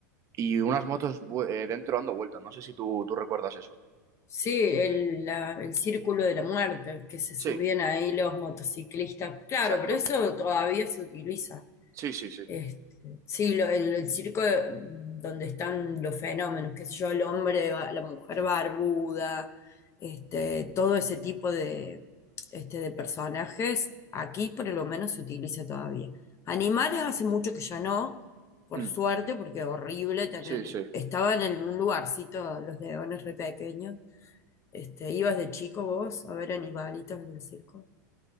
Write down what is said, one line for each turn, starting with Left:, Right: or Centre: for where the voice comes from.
Right: y unas motos bu- eh, dentro dando vueltas. No sé si tú, tú recuerdas eso.
Left: Sí, el, la- el círculo de la muerte, que se
Right: Sí,
Left: subían ahí los motociclistas. Claro,
Right: exacto.
Left: pero eso todavía se utiliza.
Right: Sí, sí, sí.
Left: Este, sí, lo- el, el circo eh, donde están los fenómenos, qué sé yo, el hombre, ba- la mujer barbuda, este, todo ese tipo de, este, de personajes, aquí por lo menos se utiliza todavía. Animales hace mucho que ya no, por
Right: Mm,
Left: suerte, porque horrible tener,
Right: Sí, sí.
Left: estaban en un lugarcito los leones re pequeños. Este, ¿ibas de chico vos a ver animalitos en el circo?